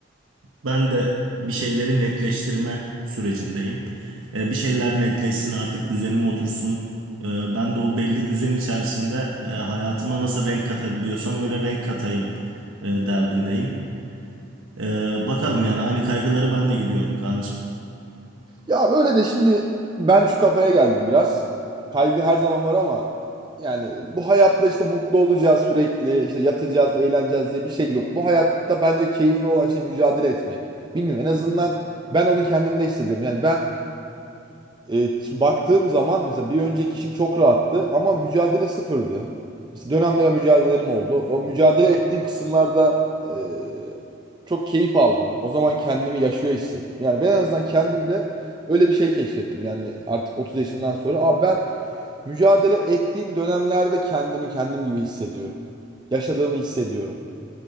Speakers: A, on the right (about 75°); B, on the right (about 20°).
A: ben de bir şeyleri netleştirme sürecindeyim. Ee, bir şeyler netleşsin artık düzenim otursun. Ee, ben de o belli düzen içerisinde e, hayatıma nasıl renk katabiliyorsam öyle renk katayım e, derdindeyim. Ee, bakalım yani aynı kaygıları ben de gidiyorum Kaan'cığım.
B: Ya böyle de şimdi ben şu kafaya geldim biraz. Kaygı her zaman var ama yani bu hayatta işte mutlu olacağız sürekli, işte yatacağız, eğleneceğiz diye bir şey yok. Bu hayatta bence keyifli olan şey mücadele etmek. Bilmiyorum en azından ben onu kendimde hissediyorum. Yani ben e, şimdi baktığım zaman mesela bir önceki işim çok rahattı ama mücadele sıfırdı. İşte dönem dönem mücadelelerim oldu. O mücadele ettiğim kısımlarda e, çok keyif aldım. O zaman kendimi yaşıyor hissettim. Yani ben en azından kendimde öyle bir şey keşfettim. Yani artık 30 yaşından sonra abi ben mücadele ettiğim dönemlerde kendimi kendim gibi hissediyorum. Yaşadığımı hissediyorum.